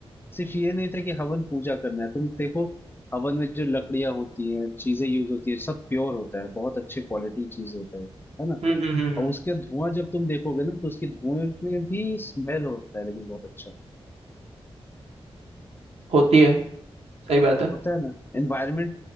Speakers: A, on the left (about 20°); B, on the right (about 80°).
A: सिर्फ ये नहीं था कि हवन पूजा करना है तुम देखो हवन में जो लकड़ियां होती हैं चीजें यूज होती है सब प्योर होता है बहुत अच्छे क्वालिटी चीज होता है है ना
B: हम्म हम्म हम्म हम्म,
A: और उसके धुआं जब तुम देखोगे ना तो उसके धुएं में भी स्मेल होता है लेकिन बहुत अच्छा
B: होती है सही बात है
A: होता है ना एनवायरमेंट